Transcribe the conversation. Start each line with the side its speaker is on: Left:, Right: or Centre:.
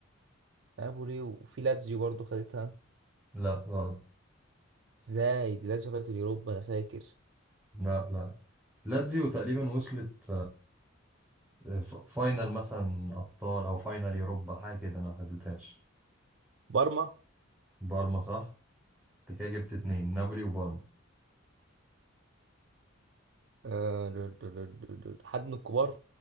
Right: نابولي وفي لاتزيو برضه خدتها
Centre: لا غلط
Right: إزاي دي لاتزيو خدت اليوروبا أنا فاكر
Centre: لا لا لاتزيو تقريبا وصلت آه، ف- فاينل مثلا ابطال او فاينل يوروبا حاجه كده انا ما خدتهاش
Right: بارما
Centre: بارما صح انت كده جبت اتنين نابولي وبارما
Right: آه، حد من الكبار